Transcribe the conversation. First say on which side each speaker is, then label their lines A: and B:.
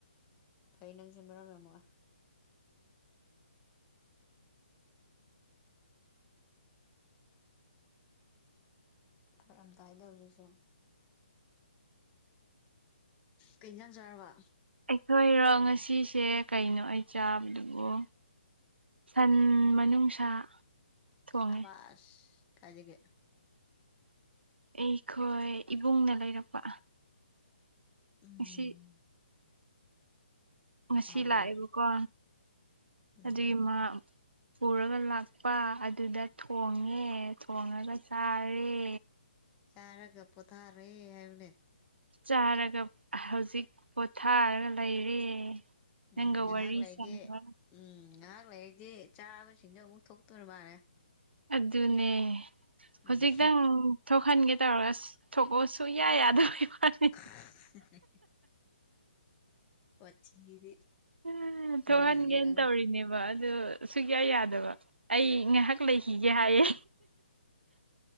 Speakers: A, on the left; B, on the right.
A: ꯐꯩ ꯅꯪꯁꯦ ꯃꯔꯝ ꯌꯥꯝ ꯃꯣꯛꯑꯦ ꯐꯔꯛ ꯌꯥꯝ ꯇꯥꯏ ꯗꯧꯔꯤꯁꯦ ꯀꯩꯖꯥꯡ ꯆꯥꯔꯕ
B: ꯑꯩꯈꯣꯏꯔꯣ ꯉꯁꯤꯁꯦ ꯀꯩꯅꯣ ꯑꯩ ꯆꯥꯕꯗꯨꯕꯨ ꯁꯟ ꯃꯅꯨꯡꯁꯥ ꯊꯣꯡꯉꯦ
A: ꯆꯥꯕꯥꯁ ꯀꯥꯏꯗꯒꯤ
B: ꯑꯩꯈꯣꯏ ꯏꯕꯨꯡꯅ ꯂꯩꯔꯛꯄ
A: ꯎꯝ
B: ꯏꯁꯤ ꯉꯁꯤ
A: ꯍꯥꯎꯔꯦ
B: ꯂꯥꯛꯑꯦꯕꯀꯣ
A: ꯎꯝ
B: ꯑꯗꯨꯒꯤ ꯃꯥ ꯄꯨꯔꯒ ꯂꯥꯛꯄ ꯑꯗꯨꯗ ꯊꯣꯡꯉꯦ ꯊꯣꯡꯉꯒ ꯆꯥꯔꯦ
A: ꯆꯥꯔꯒ ꯄꯣꯊꯥꯔꯦ ꯍꯥꯏꯌꯨꯅꯦ
B: ꯆꯥꯔꯒ ꯍꯧꯖꯤꯛ ꯄꯣꯊꯥꯔꯒ ꯂꯩꯔꯦ
A: ꯎꯝ
B: ꯅꯪꯒ
A: ꯉꯥꯏꯍꯥꯛ
B: ꯋꯥꯔꯤ
A: ꯂꯩꯗꯤ
B: ꯁꯥꯟꯅꯔꯒ
A: ꯎꯝ ꯉꯥꯍꯥꯛ ꯂꯩꯔꯗꯤ ꯆꯥꯕꯁꯤꯡꯗꯣ ꯑꯃꯨꯛ ꯊꯣꯛꯇꯣꯔꯥ ꯃꯥꯜꯂꯦ
B: ꯑꯗꯨꯅꯦ
A: ꯎꯝ
B: ꯍꯧꯖꯤꯛꯇꯪ ꯊꯣꯛꯍꯟꯒꯦ ꯇꯧꯔꯒ ꯊꯣꯛꯂꯎꯑꯣꯁꯨ ꯌꯥꯏ ꯌꯥꯗꯒꯤ ꯋꯥꯅꯤ
A: <unintelligible> ꯋꯥꯊꯤꯗꯤ
B: ꯎꯝ ꯊꯣꯛꯍꯟꯒꯦꯅ
A: ꯅꯩꯔꯦ ꯅꯪꯅ
B: ꯇꯧꯔꯤꯅꯦꯕ ꯑꯗꯨ ꯁꯨꯨꯡꯌꯥ ꯌꯥꯗꯕ ꯑꯩ ꯉꯥꯏꯍꯥꯛ ꯂꯩꯈꯤꯒꯦ ꯍꯥꯏꯌꯦ